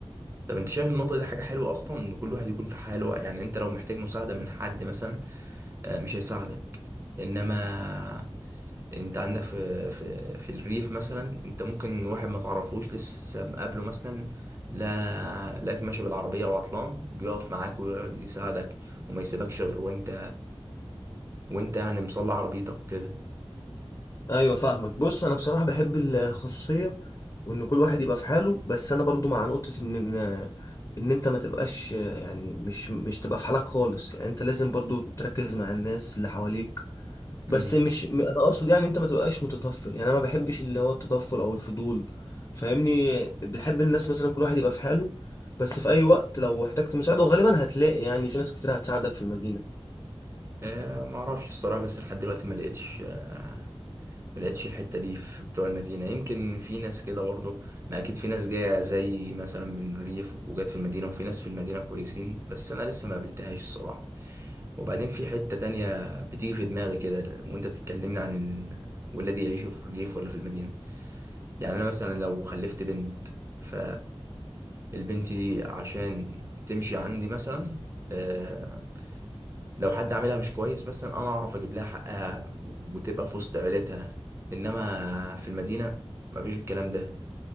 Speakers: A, on the right (about 25°); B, on the left (about 35°).
A: طب انت شايف النقطة دي حاجة حلوة اصلا ان كل واحد يكون في حاله يعني انت لو محتاج مساعدة من حد مثلا آه، مش هيساعدك انما انت عندك في في في الريف مثلا انت ممكن واحد ما تعرفوش لسه مقابله مثلا لا لاك ماشي بالعربية وعطلان بيقف معاك ويقعد يساعدك وما يسيبكش غير وانت وانت يعني مصلي عربيتك وكده
B: ايوه فاهمك بص انا بصراحة بحب الخصوصية وان كل واحد يبقى في حاله بس انا برضو مع نقطة ان ان إن انت ما تبقاش يعني مش مش تبقى في حالك خالص يعني انت لازم برضو تركز مع الناس اللي حواليك
A: امم
B: بس مش م- انا اقصد يعني انت ما تبقاش متطفل يعني انا ما بحبش اللي هو التطفل او الفضول فاهمني بحب الناس مثلا كل واحد يبقى في حاله بس في اي وقت لو احتجت مساعده غالبا هتلاقي يعني في ناس كتير هتساعدك في المدينه
A: آه، ما اعرفش الصراحة بس لحد دلوقتي ما لقيتش آه، ما لقيتش الحته دي في بتوع المدينه يمكن في ناس كده برضه ما اكيد في ناس جايه زي مثلا من الريف وجات في المدينه وفي ناس في المدينه كويسين بس انا لسه ما قابلتهاش الصراحه وبعدين في حته تانية بتيجي في دماغي كده وانت بتتكلمني عن ال... ولادي يعيشوا في الريف ولا في المدينه يعني انا مثلا لو خلفت بنت ف البنت دي عشان تمشي عندي مثلا آه، لو حد عاملها مش كويس مثلا انا اعرف اجيب لها حقها وتبقى في وسط عيلتها انما في المدينه مفيش الكلام ده